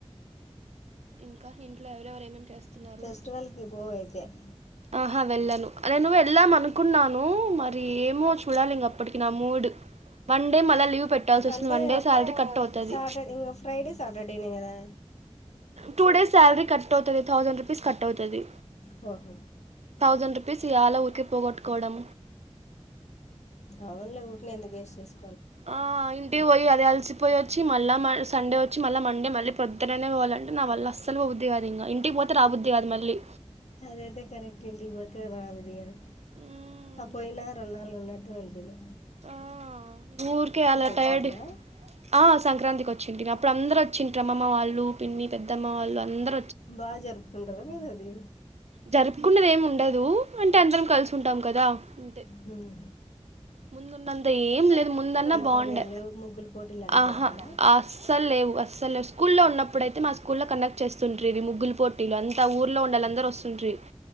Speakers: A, on the right; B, on the left.
A: ఇంకా ఇంట్లో ఎవరెవరు ఏమేం చేస్తున్నారు
B: ఫెస్టివల్కి పోవైతే
A: ఆహా వెళ్ళ అదే నువ్ వెళ్ళాం అనుకున్నాను మరి ఏమో చూడాలిగ అప్పటికి నా మూడు వన్ డే మళ్ళ లీవ్ పెట్టాల్సి వస్తుంది
B: అంటే
A: వన్ డే శాలరీ కట్ అవుతది
B: సెట్ ఫైడే సాటర్డేదా గదా
A: టూ డేస్ శాలరీ కట్ అవుతుది థౌజండ్ రూపీస్ కట్ అవుతది
B: ఓ ఓహ
A: థౌసండ్ రూపీస్ యాళ ఊరికి పోగొట్టుకోవడం
B: అవునులే ఊరికినే ఎందుకు వెస్ట్ చేసుకోడం
A: ఆ పోయి అది అలిసిపోయి వచ్చి మళ్ళ మ సండే వచ్చి మళ్ళీ మండే మళ్ళీ పొద్దుననే పోవాలంటే నావల్ల అస్సలు పో బుద్ది కాదు ఇంగ ఇంటికి పోతే బుద్ది గాదు మళ్ళీ
B: అందయితే కరెక్టే ఇంటికి పోతె రాబ్బుద్ది గాదు
A: హూ
B: పోయినా రెండు నెలలు ఉన్నట్టు అనిపియలే.
A: ఆ ఊర్కే అలా
B: వచ్చింటివా
A: టైర్డ్ ఆ సంక్రాంతికి వచ్చింటుమి అప్పుడు అందరు వచ్చింట్రి అమ్మమ్మ వాళ్ళు, పిన్ని, పెద్దమ్మ వాళ్ళు అందర్.
B: బాగా జరుపుకుంటరా మీరు అది.
A: జరుపుకున్నది ఏమి ఉండదూ. అంటే అందరం కల్సి ఉంటాం కదా. అంతే
B: హ్ము
A: ముందున్నంత ఏం లేదు. ముందన్నా బాగుండే.
B: పందాలు ముగ్గుల పోటీలు అట్లా
A: ఆహా
B: పెట్టరా
A: అస్సల్ లేవు అస్ సల్ స్కూల్లో ఉన్నప్పుడు అయితే మా స్కూల్లో కండెక్ట్ చేస్తుంట్రి. ఇవి ముగ్గులు పోటీలు అంత ఊర్లో ఉండాలందరు వస్త్ తుంట్రి